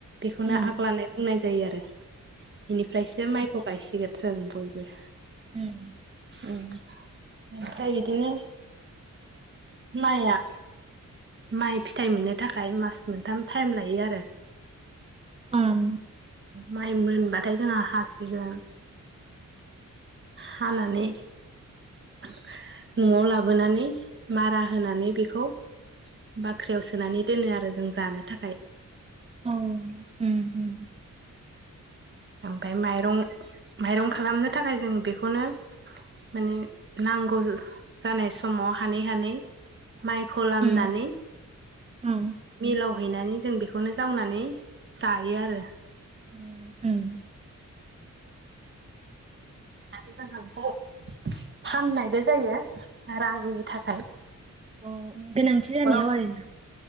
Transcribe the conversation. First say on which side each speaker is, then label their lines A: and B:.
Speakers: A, on the right; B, on the right.
A: बेखौनो
B: उम
A: आग लानाय बुंनाय जायो आरो। बेनिफ्रायसो माइखौ गायसिगोन। <inaudible> बयबो
B: ओम
A: ओं ओमफ्राय बिदिनो माइआ माइ फिथाइ मोननो थाखाय मास मोनथाम टाइम लायो आरो। <inaudible>
B: ओं
A: माइ मोनबाथाय जोंहा हासिगोन। हानानै नवाव लाबोनानै मारा होनानै बेखौ बाख्रियाव सोनानै दोनो आरो जों जानो थाखाय।
B: ओं उम उम
A: ओमफ्राय माइरं माइरं खालामनो थाखाय जों बेखौनो माने नांगौ जानाय समाव हानै हानै माइखौ लामनानै
B: उम ओं
A: मिलाव हैैनानै जों बेखौनो जावनानै जायो आरो।
B: उम उम
A: आरो जोंहा बेखौ फाननायबो जायो रांनि थाखाय।
B: अ गोनांथि
A: न'खराव
B: जानायाव आरोना।